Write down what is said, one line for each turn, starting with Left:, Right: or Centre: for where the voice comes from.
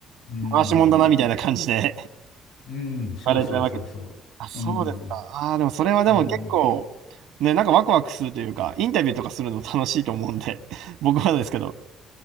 Left: うん。
Right: 回しもんだな、みたいな感じで <laughs> 言
Left: うん。そうそうそうそう。
Right: われちゃうわけです。あ、そうですか。
Left: うん。
Right: ああ、でもそれはでも結構、
Left: うん。
Right: ね、なんかワクワクするというか、インタビューとかするの楽しいと思うんで、<laughs> 僕はですけど。